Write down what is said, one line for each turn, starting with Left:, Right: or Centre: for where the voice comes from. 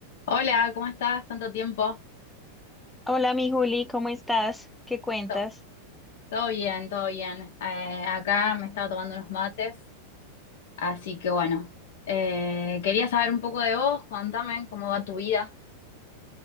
Left: Hola, ¿cómo estás? ¿Tanto tiempo?
Centre: Hola, mi Juli, ¿cómo estás? ¿Qué cuentas?
Left: To- todo bien, todo bien. Eh, acá me estaba tomando unos mates, así que bueno, Eh, quería saber un poco de vos, contame cómo va tu vida.